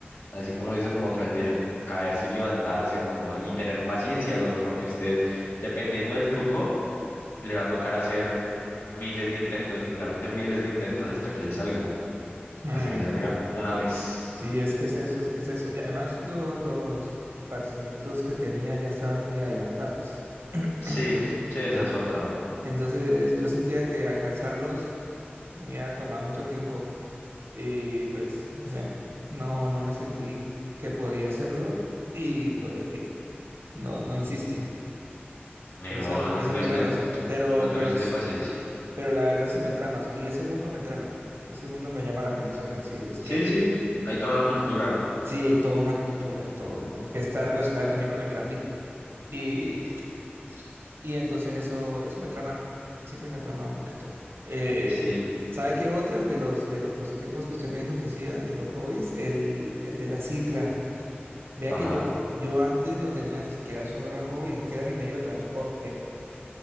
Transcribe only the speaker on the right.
Mm.
Sí, es que es eso, es que es eso. Y además lo- los parcelitos que tenía ya estaban muy adelantados. <clears throat>
Entonces yo sentía que alcanzarlos me iba a tomar mucho tiempo y pues no sé, no, no me sentí que podía hacerlo y lo dejé, no, no insistí.
Esa
fue,
esa
fue la razón, pero,
pero s-
Pero la verdad sí me trama, o sea, y ese mundo me trama, ese mundo me llama la atención, así es
que
sí hay toda una cultura, toda una que, que está relacionada también con el graffiti. Y, y entonces eso, eso me trama, siempre me ha tramado un poquito. Eh,
¿sabe qué otra de los, de los pasatiempos que usted me dijo que hacía, de los hobbies? El, el de la cicla. Vea
que yo, yo antes lo tenía, ni siquiera solo era hobby, es que era mi medio de transporte.